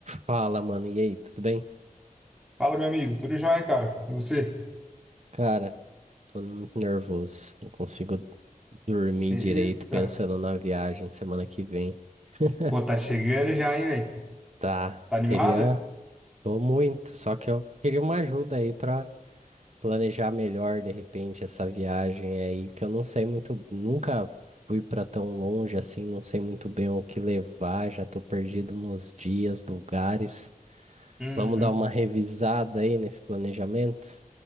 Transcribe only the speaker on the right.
Fala, mano. E aí, tudo bem?
Cara, tô muito nervoso. Não consigo dormir
direito pensando na viagem semana que vem. <laughs>
Tá,
queria. Tô muito, só que eu queria uma ajuda aí pra planejar melhor de repente essa viagem aí, que eu não sei muito. Nunca fui pra tão longe assim, não sei muito bem o que levar, já tô perdido nos dias, lugares.
Vamos dar uma revisada aí nesse planejamento?